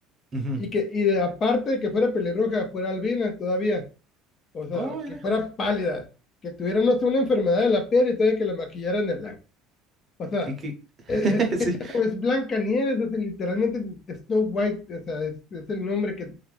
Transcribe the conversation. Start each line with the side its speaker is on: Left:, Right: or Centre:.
Right: Ujú.
Left: y que, y de- aparte de que fuera pelirroja, fuera albina todavía O sea,
Right: Oh, mira.
Left: que fuera pálida, que tuviera, no sé, una enfermedad de la piel y todavía que la maquillaran de blanco. O sea,
Right: ¿Qué, qué?
Left: es,
Right: <laughs>
Left: es,
Right: Sí,
Left: es Blanca Nieves, es literalmente Snow White, o sea, es, es el nombre que,